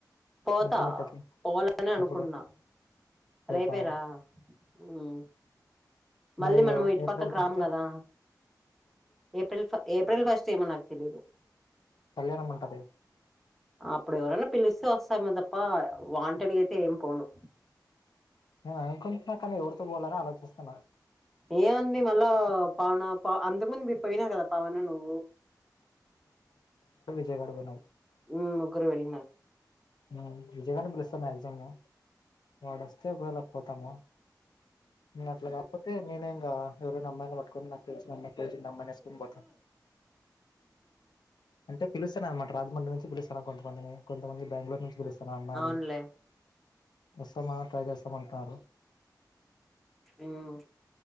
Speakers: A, in the centre; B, on the left.
A: పోతా
B: ఒంటిమిట్టకి
A: పోవాలనే అనుకున్నా
B: ఎప్పుడు రేపా
A: రేపే రా ఉమ్
B: మరి
A: మళ్ళీ మనము ఇటు
B: ఏప్రిల్
A: పక్కకు
B: ఫస్ట్
A: రామ్ గదా ఏప్రిల్ ఫ ఏప్రిల్ ఫస్ట్ ఏమో నాక్ తెలీదు.
B: కళ్యాణం ఉంటది
A: అప్పుడు ఎవరైనా పిలిస్తే వొస్తాం గదప్ప వాంటెడ్ గ అయితే ఏం పోను
B: నేను అనుకుంట్నా కానీ ఎవరితో పోవాలని ఆలోచిస్తున్నా.
A: ఏముంది మళ్ళా పవన ప అంతకు ముందు మీరు పోయినర్ గదా పవన నువ్వు
B: జయగడుగునవ్
A: ఉ ముగ్గురు వెళ్ళిన
B: ఉమ్ విజయ్ గాన్ని పిలుస్తా మాక్సిమము వాడొస్తే ఒకవేళ పోతాము. అట్లా కాకపోతే నేనే ఇంగ ఎవరైనా అమ్మాయిల్ని పట్టుకొని నాకు తెలిసిన అమ్మాయ్ తెలిసినమ్మైని ఏసుకుని పోతా అంటే పిలిస్ అనమాట రాజమండ్రి నుంచి పిలుస్తరు. కొంతమందిని కొంతమంది బెంగళూరు నుంచి పిలుస్తన అమ్మాయిల్ని
A: అవునులే
B: వస్తమా ట్రై చేస్తము అంటారు.
A: మ్